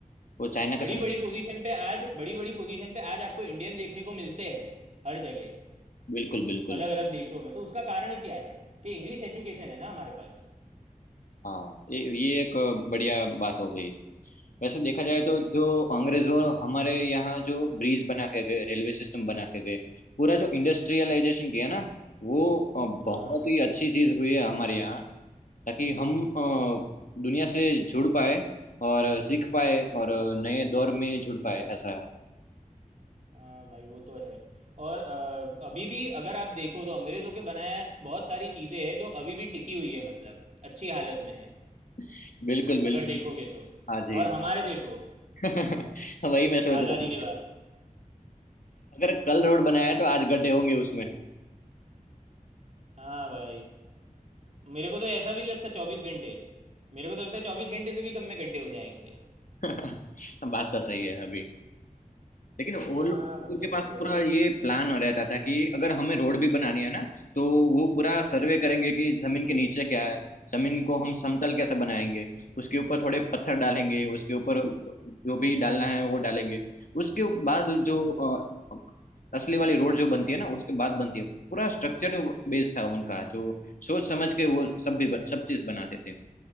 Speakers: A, on the left; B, on the right.
A: वो चाइना
B: बड़ी
A: के साथ
B: बड़ी पोजीशन पे आज बड़ी बड़ी पोजीशन पे आज आपको इंडियन देखने को मिलते हैं हर जगह
A: बिल्कुल बिल्कुल
B: अलग अलग देशों में तो उसका कारण क्या है कि इंग्लिश एजुकेशन है ना हमारे पास
A: हाँ ये ये एक बढ़िया बात हो गई वैसे देखा जाए
B: हम्म
A: तो जो अंग्रेजों हमारे यहाँ जो ब्रिज बना के गए रेलवे सिस्टम बना के गए पूरा जो इंडस्ट्रियलाइजेशन किया ना वो अ, बहुत
B: हाँ
A: ही अच्छी चीज हुई है हमारे यहाँ ताकि हम अ, दुनिया से जुड़ पाए और सीख पाए और नए दौर में जुड़ पाए ऐसा है
B: हाँ भाई वो तो है और अ, अभी भी अगर आप देखो तो अंग्रेज़ों के बनाया बहुत सारी चीज़ें हैं जो अभी भी टिकी हुई है मतलब अच्छी हालत में है
A: <laughs> बिल्कुल बिल्कुल
B: अगर देखोगे तो
A: हाँ जी
B: और हमारे देखो
A: <laughs> वही मैं सोच
B: आज़ादी
A: रहा
B: के
A: था
B: बाद
A: अगर कल रोड बनाया है तो आज गड्ढे होंगे उसमें
B: हाँ भाई मेरे को तो ऐसा भी नहीं लगता चौबीस घंटे मेरे को तो लगता है चौबीस घंटे से भी कम में गड्ढे हो जाएंगे
A: <laughs> बात तो सही है अभी लेकिन वो
B: हाँ
A: लोग
B: भाई
A: उनके पास
B: वो तो है
A: पूरा ये प्लान रहता था कि अगर हमें रोड भी बनानी है ना तो वो पूरा सर्वे करेंगे कि जमीन के नीचे क्या है जमीन को हम समतल कैसे
B: हम्म,
A: बनाएंगे उसके ऊपर थोड़े पत्थर डालेंगे उसके ऊपर जो भी डालना है वो डालेंगे उसके बाद
B: हाँ
A: जो अ, असली वाली रोड जो बनती है ना उसके बाद बनती है पूरा स्ट्रक्चर बेस्ड था उनका जो सोच समझ के वो सब भी
B: हाँ
A: सब चीज बनाते थे